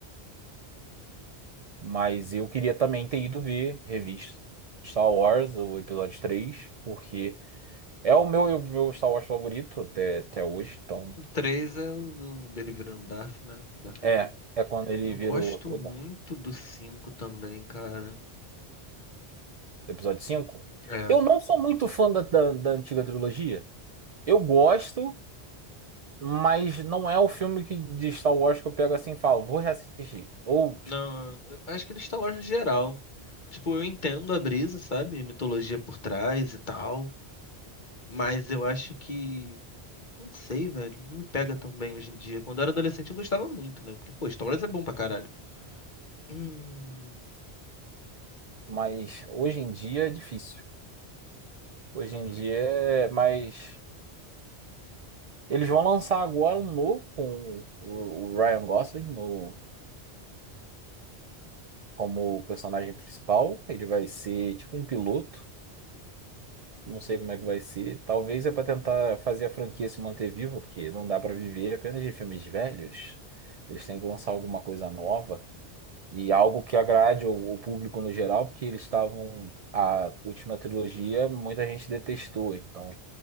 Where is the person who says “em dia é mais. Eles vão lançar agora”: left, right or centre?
Right